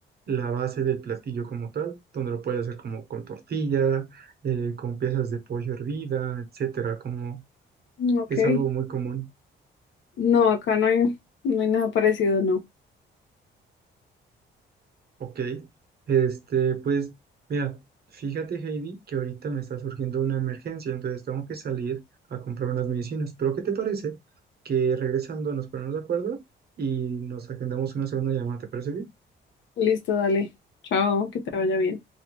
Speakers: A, on the right; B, on the left.
A: la base del platillo como tal, donde lo puedes hacer como con tortilla, eh, con piezas de pollo hervida, etcétera, como
B: Mm, Ok.
A: es algo muy común,
B: No, acá no hay, no hay nada parecido, no.
A: ¿ok? Este, pues, mira, fíjate, Heidi, que ahorita me está surgiendo una emergencia, entonces tengo que salir a comprar unas medicinas, pero ¿qué te parece que regresando nos ponemos de acuerdo y nos agendamos una segunda llamada, ¿te parece bien?
B: Listo, dale. Chao, que te vaya bien.